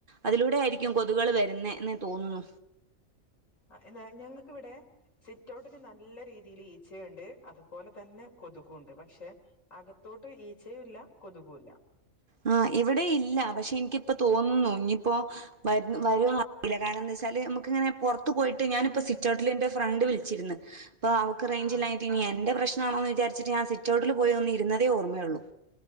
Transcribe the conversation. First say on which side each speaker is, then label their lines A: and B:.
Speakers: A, on the right (about 45°); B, on the left (about 75°).
A: അതിലൂടെ ആയിരിക്കും കൊ ള് വരുന്നേ ന്ന് തോന്നുന്നു
B: ആ എന്താ ഞങ്ങക്കിവിടെ സിറ്റ്ഔട്ടിന് നല്ല രീതിയിൽ ഈച്ച് ച്ചയുണ്ട് അതുപോലെ തന്നെ കൊതുകുണ്ട് പക്ഷെ അകത്തോട്ട് ഈച്ചയുല്ല കൊതുകൂല്ല
A: ആ ഇവിടെ ഇല്ല പക്ഷെ ഇനിക്കിപ്പോ തോന്നുന്നു ഇനിയിപ്പോ വ വരോന്നറിയില്ല കാരണം എന്താച്ചാല് നമക്ക്ങ്ങനെ പുറത്ത് പോയിട്ട് ഞാനിപ്പോ സിറ്റ് ഔട്ടില് എറെ ഫ്രണ്ട് വിളിച്ചിര്ന്ന് അപ്പ അവള്ക്ക് റേഞ്ച്
B: ആഹ്
A: ഇല്ലായിഞ്ഞിട്ട് ഇനി എന്റെ പ്രശ് ണോന്ന് വിചാരിച്ചിട്ട് ഞാൻ സ്വിറ്റ്ഔട്ടല് പോയി ഒന്ന് ഇരുന്നതേ ഓർമ്മയുള്ളൂ